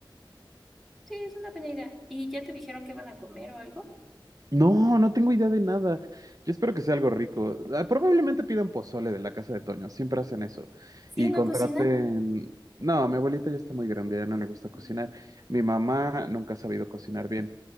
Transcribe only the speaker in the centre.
Sí, es una buena idea. ¿Y ya te dijeron que van a comer o algo?
¿Sí,
no
cocinan?
Ujú.